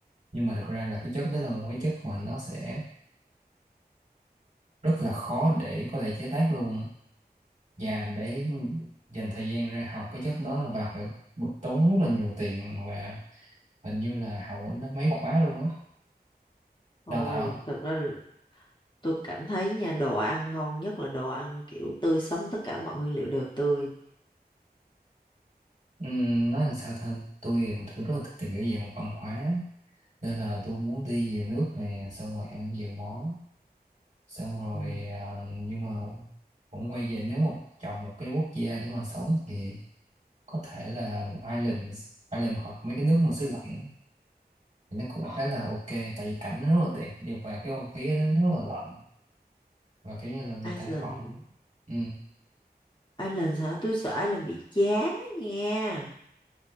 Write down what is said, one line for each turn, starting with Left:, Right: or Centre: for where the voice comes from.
Right: nhưng mà thực ra là cái chất đó là một cái chất mà nó sẽ rất là khó để có thể chế tác luôn và để dành thời gian ra học cái chất đó là bà phải tốn rất là nhiều tiền và hình như là học ở nó mấy khóa luôn á
Left: thôi
Right: đào tạo
Left: thật ra là tôi cảm thấy nha đồ ăn ngon nhất là đồ ăn kiểu tươi sống tất cả mọi nguyên liệu đều tươi
Right: Ừm, nói làm sao ta tôi tôi rất là thích tìm hiểu về một văn hóa nên là tôi muốn đi nhiều nước nè xong rồi ăn nhiều món xong rồi
Left: ừ.
Right: à, nhưng mà cũng quay về nếu mà chọn một cái quốc gia để mà sống thì có thể là Ireland Ireland hoặc mấy cái nước mà xứ lạnh thì nó cũng khá là ok tại vì cảnh nó rất là đẹp điều và cái không khí nó rất là lạnh và kiểu như là người
Left: Iceland
Right: ta còn ừ,
Left: Iceland hả tôi sợ Iceland bị chán á nha